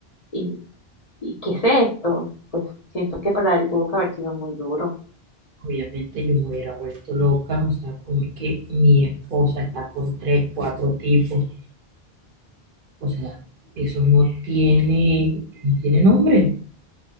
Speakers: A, on the left (about 40°); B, on the right (about 60°).
A: ¿Y, y qué es esto? Pues siento que para él tuvo que haber sido muy duro.
B: Obviamente yo me hubiera vuelto loca, o sea, como es que mi esposa está con tres, cuatro tipos O sea, eso no tiene, no tiene nombre.